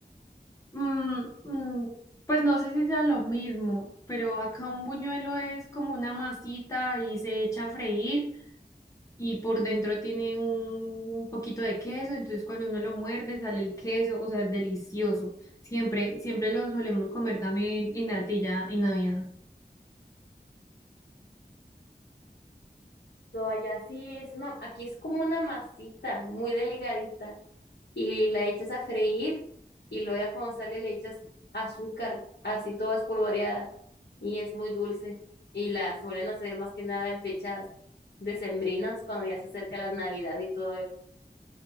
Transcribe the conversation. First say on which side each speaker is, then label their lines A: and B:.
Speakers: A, on the left (about 20°); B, on the left (about 70°).
A: mm, mm, pues no sé si sea lo mismo, pero acá un buñuelo es como una masita y se echa a freír y por dentro tiene un, un poquito de queso, entonces cuando uno lo muerde sale el queso, o sea, es delicioso. Siempre, siempre lo solemos comer también en natilla en Navidad.
B: No, allá sí es una, aquí es como una masita muy delgadita y la echas a freír y luego ya cuando sale le echas azúcar, así toda espolvoreada y es muy dulce y la suelen hacer más que nada en fechas decembrinas cuando ya se acerca la Navidad y todo eso.